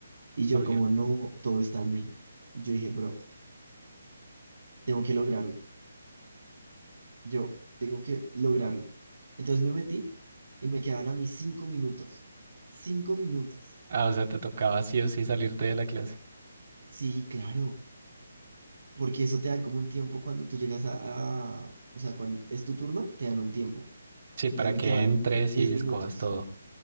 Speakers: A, on the right; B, on the right.
A: Y yo
B: Obvio.
A: como, no, todo está en mí. Y yo dije, bro, tengo que lograrlo. Yo tengo que lograrlo. Entonces me metí y me quedaban a mí cinco minutos. Cinco minutos.
B: Ah, o sea, te tocaba sí o sí salirte de la clase.
A: Sí, claro, porque eso te dan como un tiempo cuando tú llegas a, a- o sea, cuando es tu turno, te dan un tiempo.
B: Sí, para
A: Ya me
B: que
A: quedan
B: entres
A: 10
B: y escojas
A: minutos.
B: todo.